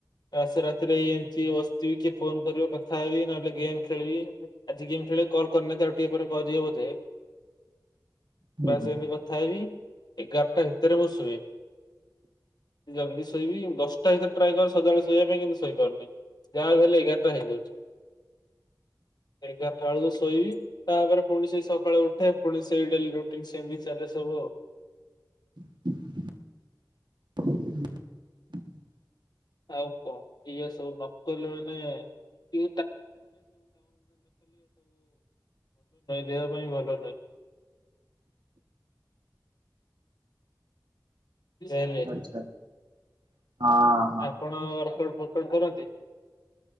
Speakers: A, on the left; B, on the right.
A: ଆସେ ରାତି ରେ ଫୋନ୍‌ କରିବ କଥା ହେବି, ନହେଲେ ଗେ ଖେଳିବି, ଆଜି ଗେମ୍ ଆଉ ଟିକେ ପରେ କରିବେ ବୋଧେ।
B: ହୁଁ
A: କଥା
B: ହୁଁ
A: ହେବି, ଏଗାର୍ ଟା ଭିତରେ ମୁଁ ସୁଏ। ଜଲ୍ଦି ଶୋଇବି, ଦଶ୍ ଟା ଭିତରେ ଟ୍ରାଏ ସଦାବେଳେ ଶୋଇବା ପାଇଁ କିନ୍ତୁ ଶୋଇ ପାରୁନି। ଯା ହେଲେ ଏଗାରେ ଟା ହେଇଯାଉଚି। ଏଗାର୍ ଟା ଳକୁ ଶୋଇବି। ତା'ପରେ ପୁଣି ସେଇ ସକାଳେୁ ଉଠେ, ପୁଣି ସେଇ ଡ଼େଲି ରୁଟିନ୍‌ ଚାଲେ ସବୁ ଆଉ।
B: ହ
A: <inaudible> ହେଲେ ସବୁ ଭଲ ନାହିଁ ଦେହ ପାଇଁ ଭଲ ନାହିଁ। ହେଲେ
B: <inaudible>
A: ଆପଣ କରନ୍ତି।